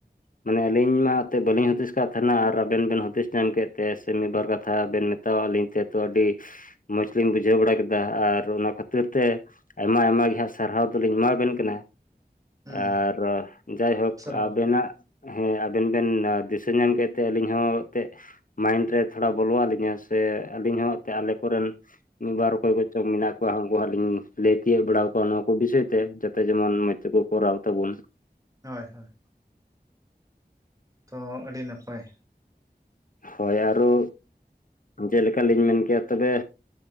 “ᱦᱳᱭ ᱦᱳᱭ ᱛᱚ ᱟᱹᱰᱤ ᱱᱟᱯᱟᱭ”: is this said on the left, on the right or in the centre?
Right